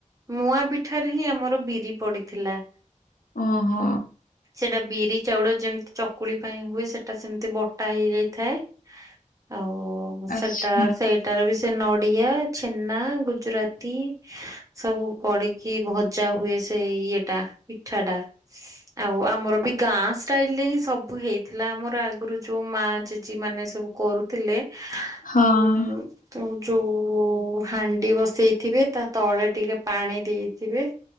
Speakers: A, on the right (about 25°); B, on the left (about 85°).
A: ମୁଆଁ ପିଠାରେ ହିଁ ଆମର ବିରି ପଡିଥିଲା।
B: ଓହୋ।
A: ସେଟା ବିରି ଚାଉଳ ଯେମିତି ଚକୁଳି ପାଇଁ ହୁଏ, ସେ ଟା ସେମିତି ବଟା ହେଇଯାଇଥାଏ, ଆଉ
B: ଆଚ୍ଛା
A: ସେଟା ସେଇ ଟାର ବି ସେ ନଡିଆ, ଛେନା, ଗୁଜୁରାତି ସବୁ ପଡିକି ଭଜା ହୁଏ, ସେ ଇଏ ଟା ପିଠା ଟା। ଆଉ ଆମର ବି ଗାଁ ଷ୍ଟାଇଲ ରେ ହିଁ ସବୁ ହେଇଥିଲା, ଆମର ଆଗରୁ ଯୋଉ ମା ଜେଜି ମାନେ ସବୁ କରୁଥିଲେ
B: ହଁ।
A: ଉଁ, ତ ଯୋଉ ହାଣ୍ଡି ବସେଇଥିବେ ତା ତଳେ ଟିକେ ପାଣି ଦେଇଥିବେ